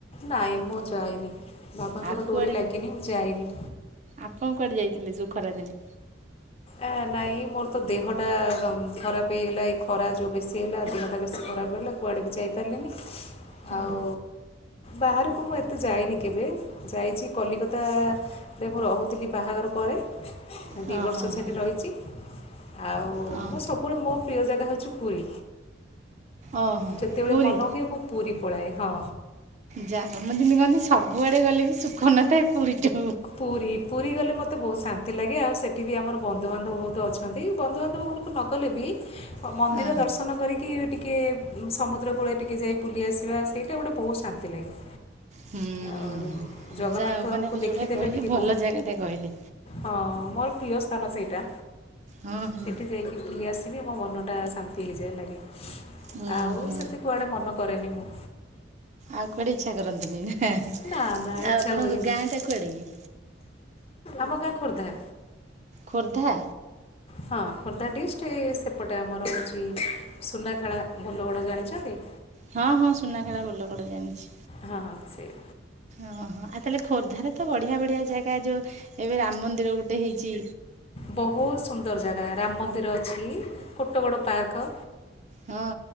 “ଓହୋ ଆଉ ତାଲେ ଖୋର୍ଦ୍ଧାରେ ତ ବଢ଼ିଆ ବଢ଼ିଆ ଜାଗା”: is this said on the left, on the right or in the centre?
Right